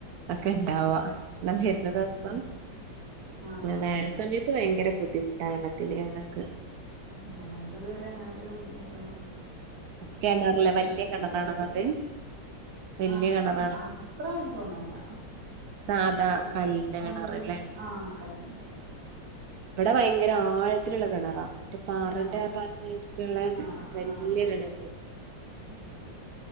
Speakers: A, on the right; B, on the right.
A: ഒക്കെ ഉണ്ടാവാ
B: ആഹ് ആഹ്
A: ഞാൻ വരുന്ന
B: അത് ശരി
A: ദിവസം
B: ആഹ് ആഹ് ആഹ്
A: വേനൽ സമയ ഭയങ്കര ബുദ്ധിമുട്ടാ വള്ളത്തിന് ഞങ്ങൾക്ക്
B: ഞങ്ങൾക്ക് ഇതുവരെ അങ്ങനത്തെ ഒരു ബുദ്ധിമുട്ടൊന്നും
A: കിണറിലെ
B: കിട്ടില്ല
A: വല്യ
B: കിട്ടാതിക്കട്ടെ
A: കിണറാണോ അത് വല്യ
B: ആഹ്
A: കിണറാണ്
B: ആഹ് ഇത്ര വലുതൊന്നല്ല
A: സാധാ
B: ഒരു
A: കല്ലിന്റെ
B: പന്ത്രണ്ട്
A: കിണറല്ലേ
B: ആഹ് കല്ലിൻ്റെടങ്ങേറ്
A: ഇവിടെ ഭയങ്കര ആയ ത്തിലുള്ള കിണറാ മറ്റേ പാറന്റെ
B: പിന്നെ
A: ഭാഗച്ചിട്ടുള്ള
B: ആഹ്
A: വലിയ
B: ആഹ് ആഹ്
A: കിണർ
B: അത് ശരി